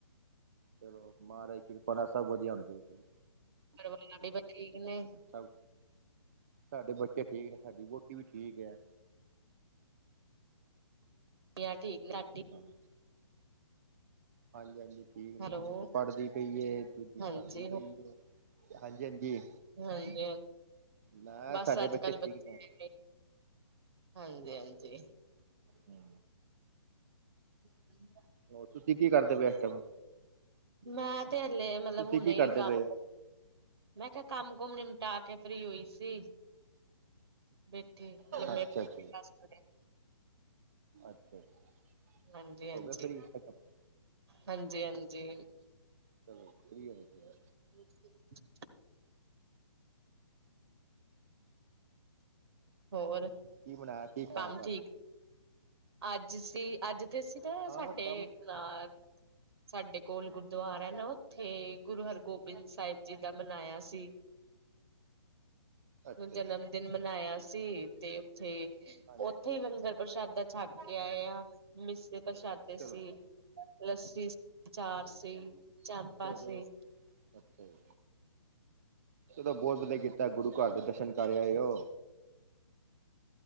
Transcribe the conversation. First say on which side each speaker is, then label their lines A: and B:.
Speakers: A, on the right; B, on the right.
A: ਚਲੋ ਮਹਾਰਾਜ ਕਿਰਪਾ ਨਾਲ ਸਭ ਵਧੀਆ ਹੋਨੇਂ ਚਾਹੀਦੇ ਜੀ।
B: ਪਰਵਾਰ <unintelligible> ਠੀਕ ਨੇ।
A: ਸਭ, ਸਾਡੇ ਬੱਚੇ ਠੀਕ ਨੇ ਸਾਡੀ ਵੋਟੀ ਵੀ ਠੀਕ ਐ।
B: ਠੀਕ ਲਾਡੀ।
A: ਹਾਂਜੀ। ਹਾਂਜੀ ਹਾਂਜੀ ਠੀਕ
B: ਹੈਲੋ
A: ਨੇ, ਏਕ ਪੜਦੀ ਪਈ ਏ, ਦੂਜੀ
B: ਹਾਂਜੀ
A: ਪੜਾਂਦੀ ਪਈ ਏ। ਹਾਂਜੀ ਹਾਂਜੀ।
B: ਹਾਂਜੀ,
A: ਮੈਂ
B: ਬਸ
A: ਸਾਡੇ
B: ਅੱਜ-ਕੱਲ
A: ਬੱਚੇ ਠੀਕ
B: ਬੱਚੇ
A: ਨੇ
B: ਹਾਂਜੀ ਹਾਂਜੀ।
A: ਹੂੰ।
B: <unintelligible>
A: ਹੋਰ, ਤੁਸੀ ਕੀ ਕਰਦੇ ਪਏ ਏਸ ਟੈਮ?
B: ਮੈਂ ਤੇ ਹੱਲੇ ਮਲਬ
A: ਤੁਸੀਂ
B: ਹੁਣੇ
A: ਕੀ ਕਰਦੇ
B: ਈ ਕੱਮ
A: ਪਏ ਹੋ
B: ਮੈਂ ਕੇਯਾ ਕੰਮ-ਕੁਮ ਨਿਮਟਾ ਕੇ ਫ੍ਰੀ ਹੋਈ ਸੀ। ਬੇਠੀ ਲੰਮੇ
A: ਅੱਛਾ
B: ਪੈ
A: ਜੀ
B: ਦੱਸ ਵਜੇ।
A: ਅੱਛਾ ਅੱਛਾ।
B: ਹੰਜੀ ਹੰਜੀ,
A: ਹੋ ਗਏ ਫ੍ਰੀ ਚਲੋ
B: ਹੰਜੀ ਹੰਜੀ।
A: ਚਲੋ ਠੀਕ ਐ।
B: <unintelligible> ਹੋਰ,
A: ਕੀ ਬਣਾਇਆ ਕੀ ਖਾਇਆ
B: ਕੰਮ
A: ਦੱਸ
B: ਠੀਕ? ਅੱਜ ਸੀ, ਅੱਜ ਤੇ ਅਸੀ ਨਾ
A: ਹਾਂ
B: ਸਾਡੇ
A: ਕੰਮ
B: ਨਾ ਸਾਡੇ ਕੋਲ ਗੁਰਦੁਆਰਾ ਐ ਨਾ ਓਥੇ ਗੁਰੂ ਹਰਗੋਬਿੰਦ ਸਾਹਿਬ ਜੀ ਦਾ ਮਨਾਏਆ ਸੀ।
A: ਅੱਛਾ
B: ਹੁਨ ਜਨਮਦਿਨ
A: ਜੀ
B: ਮਨਾਏਆ ਸੀ ਤੇ ਓਥੇ
A: ਹਾਂਜੀ
B: ਓਥੇ ਈ ਲੰਗਰ ਪ੍ਰਸ਼ਾਦਾ ਛੱਡ ਕੇ ਆਏ ਆਂ, ਮਿੱਸੇ ਪ੍ਰਸ਼ਾਦੇ
A: ਚਲੋ
B: ਸੀ। ਲੱਸੀ, ਅਚਾਰ ਸੀ। ਚਾਂਪਾ
A: ਚਲੋ
B: ਸੀ
A: ਚਲੋ, ਅੱਛਾ ਜੀ, ਚਲੋ ਬੋਤ ਵਧੀਆ ਕੀ ਤਾ ਗੁਰੂ ਘਰ ਦੇ ਦਰਸ਼ਨ ਕਰ ਆਏ ਔ।